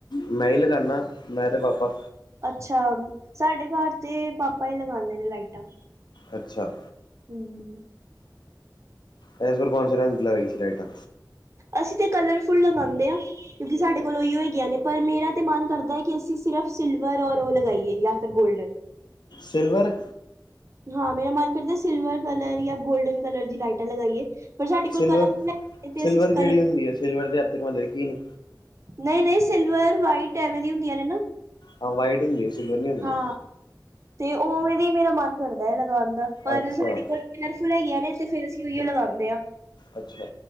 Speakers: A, on the left (about 75°); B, on the right (about 40°).
A: ਮੈਂ ਹੀ ਲਗਾਨਾ, ਮੈਂ ਤੇ ਪਾਪਾ।
B: ਅੱਛਾ, ਸਾਡੇ ਘਰ ਤੇ ਪਾਪਾ ਹੀ ਲਗਾਉਂਦੇ ਨੇ ਲਾਈਟਾਂ।
A: ਅੱਛਾ,
B: ਹਮ
A: ਐਸ ਵਾਰ ਕੌਣ ਸੇ ਰੰਗ ਕੀ ਲਗਾਈ ਸੀ ਲਾਈਟਾ।
B: ਅਸੀਂ ਤੇ ਕਲਰਫੁੱਲ ਲਗਾਉਂਦੇ ਹਾਂ। ਸਾਡੇ ਕੋਲ ਉਹੀ ਹੈਗੀਆਂ ਨੇ ਪਰ ਮੇਰਾ ਤੇ ਮਨ ਕਰਦਾ ਹੈ ਕਿ ਸਿਰਫ ਸਿਲਵਰ ਔਰ ਉਹ ਲਗਾਈਏ ਜਾਂ ਫਿਰ ਗੋਲਡਨ।
A: ਸਿਲਵਰ।
B: ਹਾਂ ਮੇਰਾ ਮਨ ਕਰਦਾ ਸਿਲਵਰ ਕਲਰ ਜਾਂ ਗੋਲਡਨ ਕਲਰ ਦੀ ਲਾਈਟਾਂ ਲਗਾਈਏ। ਪਰ ਸਾਡੇ
A: ਸਿਲਵਰ,
B: ਕੋਲ ਕਲਰ ਤੇ
A: ਸਿਲਵਰ
B: ਅਸੀਂ
A: ਕਿਹੜੀ
B: ਕਲਰ
A: ਹੁੰਦੀ ਹੈ ਸਿਲਵਰ ਤੇ ਅੱਜ ਤੱਕ ਮੈਂ ਦੇਖੀ ਨੀ।
B: ਨਹੀਂ- ਨਹੀਂ ਸਿਲਵਰ ਵਾਈਟ ਐਵੇਂ ਦੀਆਂ ਹੁੰਦੀਆਂ ਨੇ ਨਾ।
A: ਹਾਂ ਵਾਈਟ ਹੁੰਦੀ ਹੈ ਸਿਲਵਰੀ ਨੀ ਹੁੰਦੀ।
B: ਹਾਂ ਤੇ ਉਵੇਂ ਦੀ ਮੇਰਾ ਮਨ ਕਰਦਾ ਹੈ ਲਗਾਉਣ ਦਾ ਪਰ
A: ਅੱਛਾ
B: ਸਾਡੇ ਘਰ ਕਲਰਫੁਲ ਹੈਗੀਆਂ ਨੇ ਫ਼ਿਰ ਅਸੀਂ ਉਹੀਓ ਲਗਾਉਂਦੇ ਹਾਂ।
A: ਅੱਛਾ।